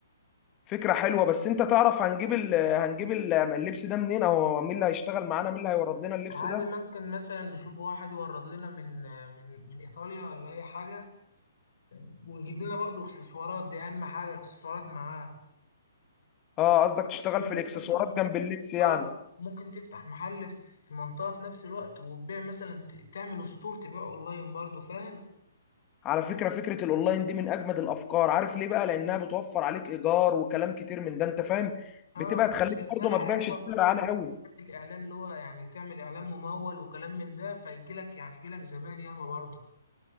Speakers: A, on the left; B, on the left.
A: فكرة حلوة بس انت تعرف هنجيب ال هنجيب ال اللبس ده منين او مين اللي هيشتغل معانا مين اللي هيورد لنا اللبس
B: عادي
A: ده
B: ممكن مثلا نشوف واحد يورد لنا من من من ايطاليا ولا اي حاجه ويجيب لنا برضو اكسسوارات دي اهم حاجه اكسسوارات معاه
A: اه قصدك تشتغل
B: ممكن
A: في الاكسسوارات
B: مثلا
A: جنب اللبس يعني
B: اه ممكن تفتح محل في منطقه في نفس الوقت وتبيع مثلا ت- تعمل ستور تبيع اونلاين برضو فاهم
A: على فكرة فكرة الاونلاين دي من اجمد الافكار عارف ليه بقى لانها بتوفر عليك ايجار وكلام كتير من ده انت فاهم
B: اه
A: بتبقى تخليك
B: وشغاله
A: برضو ما
B: حلوه
A: تبيعش بسعر
B: مثلا
A: عالي
B: ممكن
A: قوي
B: تعمل اعلان اللي هو يعني تعمل اعلان ممول وكلام من ده فيجي لك يعني يجي لك زبائن ياما برضه